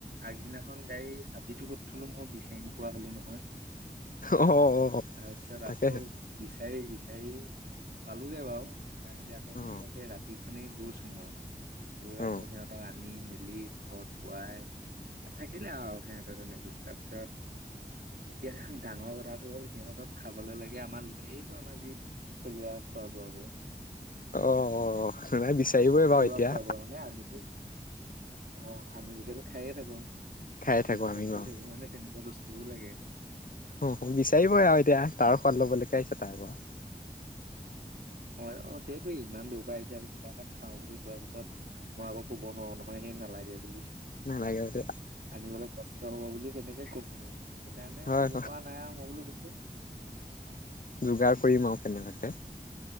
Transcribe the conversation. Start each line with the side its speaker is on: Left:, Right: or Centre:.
Right: আগদিনা এখন গাড়ী চাবিতো ক'ত থলো মই বিচাৰি নোই পোৱা নোপোৱা হলো নহয়।
Left: অ অ
Right: তাৰপিছত
Left: তাকেহে
Right: আকৌ বিচাৰি, বিচাৰি পালোগে বাৰু। চাই মেলি আকৌ সিহঁতক
Left: অ
Right: সেই ৰাতি খনেই গৈছোঁ মই। গৈ
Left: অ
Right: আকৌ সিহঁতক আনি, মে মেলি ঘৰত পোৱাই থাকিলে, আৰু সিহঁতে তেনেকে। তাৰপিছত দিয়া। ডাঙৰ কথাটো হ'ল, সিহঁতক খাবলে লাগে, আমাৰ এইবোৰ আমাৰ যি থলুৱা খোৱা বোৱা বোৰ।
Left: অ অ নাই বিচাৰিবই
Right: থলুৱা
Left: বাৰু এতিয়া
Right: খোৱা বোৱা মানে আমিতো, অ আমি বোৰেতো খায়ে থাকো।
Left: খাই
Right: এতিয়া সিহঁতকো
Left: থাকো আমি বাৰু
Right: সেইবোৰ মানে তেনেকুৱা বস্তু। টোকো লাগে।
Left: অ বিচাৰিবই আৰু এতিয়া। তাৰ সোৱাদ লবলেকে আহিছে তাৰ ঘৰত
Right: হয় অ' সেইটোয়ে ইমান দূৰ পাই আহিছে, আৰু কিবা এটা খাও বুলি খোৱাৰ পিছত মই আকৌ ক'ব নোৱাৰোঁ ন। হয় সেই নালাগে বুলি
Left: নালাগে বুলি
Right: আনিবলৈ কষ্ট। ত হ'ব বুলি কেনেকে কমনো। সেইকাৰণে
Left: হয়
Right: কব পৰা নাই আৰু মই বোলো <unintelligible>
Left: যোগাৰ কৰিম আৰু কেনেবাকে